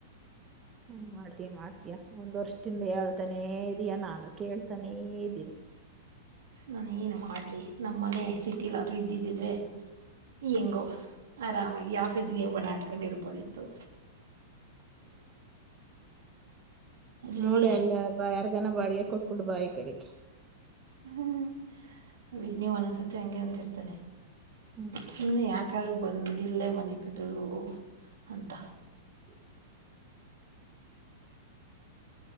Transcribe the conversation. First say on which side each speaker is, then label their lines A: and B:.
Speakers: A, on the right; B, on the right.
A: ಹ್ಮ ಮಾಡ್ತೀಯ ಮಾಡ್ತೀಯಾ ಒಂದ್ ವರ್ಷದಿಂದ ಹೇಳ್ತಾನೇ ಇದೀಯ ನಾನು ಕೇಳ್ತಾನೇ ಇದ್ದೀನಿ.
B: ನಾನ ಏನ್ ಮಾಡ್ಲಿ ನಮ್ಮ ಮನೆ ಸಿಟಿಲಾದ್ರು ಇದ್ದಿದ್ದಿದ್ರೆ ಹೆಂಗೋ ಆರಾಮಾಗಿ ಆಫೀಸ್ಗೆ ಹೋಗಣ ಅನ್ಕೊಂಡಿ ಇರ್ಬೋದಿತ್ತು.
A: ಹ್ಮ್ಮ್.
B: ಇಲ್ವೇ
A: <inaudible> ನೋಡಿ ಅಲ್ಲ ಬ ಯಾರ್. ನ ಬಾಡಿಗೆ ಕೊಟ್ಬಿಟ್ಟು ಬಾಯಿ ಕಡಿಕೆ.
B: ಹ್ಮ್ ಅ ವೀಣಿ ಒಂದೋದಸತಿ ಹಂಗೆ ಅಂದಿರ್ತಾನೆ.
A: ಹ್ಮ್
B: ಸುಮ್ನೆ ಯಾಕ. ಯಾಕಾದ್ರರು ಬಂದ ಇಲ್ಲೇ ಮನೆ ಕಟ್ಟುದ್ರು ಅಂತ.
A: ಹ್ಮ್ಮ್. <inaudible>